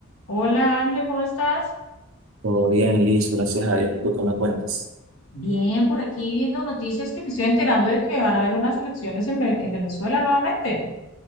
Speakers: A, on the left; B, on the right.
A: Hola Ángel, ¿cómo estás?
B: Todo bien, listo, gracias a Dios. ¿Y tú qué me cuentas?
A: Bien, por aquí viendo noticias que me estoy enterando de que van a haber unas elecciones en, Ve- en Venezuela nuevamente.